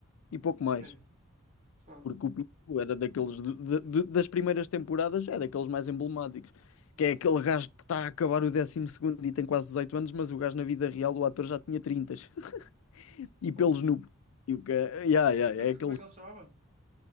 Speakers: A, on the left; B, on the right.
A: e pouco mais.
B: Quem? Qual?
A: Porque o Pinto era daqueles de- de- das primeiras temporadas, é daqueles mais emblemáticos. Que é aquele gajo que está a acabar o décimo segundo e tem quase 18 anos, mas o gajo na vida real, o ator já tinha trinta <laughs> E pelos
B: Fogo?
A: no. E o que é, yeah, yeah,
B: E como é
A: é
B: que,
A: aquele.
B: como é que ele se chamava?